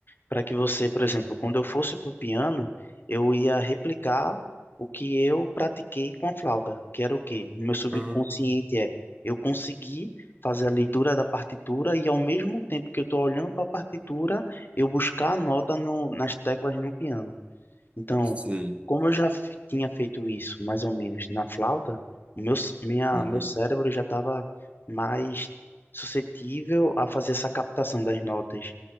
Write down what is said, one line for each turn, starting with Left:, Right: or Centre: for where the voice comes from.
Left: para que você, por exemplo, quando eu fosse para o piano, eu ia replicar o que eu pratiquei com a flauta, que era o quê? No meu subconsciente
Right: Ah,
Left: é, eu consegui fazer a leitura da partitura e ao mesmo tempo que eu estou olhando para a partitura, eu buscar a nota no, nas teclas no piano. Então,
Right: sei.
Left: como eu já fi- tinha feito isso mais ou menos na flauta, o meu, c- minha,
Right: Uhum,
Left: meu cérebro já estava mais suscetível a fazer essa captação das notas